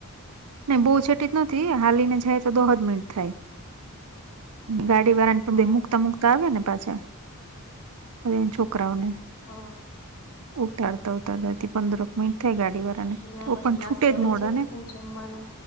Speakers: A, on the right; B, on the left.
A: નઈ બહુ છેેટી જ નતી હાલીને જાય તો દો જ મિનટ થાય. ગાડી વાળા ને પણધ
B: હ
A: મુકતા મુકતા આવે ને પાછા બધ છોકરાઓને.
B: હા.
A: ઉતર. તથી પંદરક મિનિટ થાય ગાડી વાળા ને
B: ત્યાં
A: તો
B: પછી
A: પણ
B: નાસ્તો
A: છૂટે જ
B: લઈ
A: મોડા
B: જાય
A: ને.
B: કે હું જમવાનું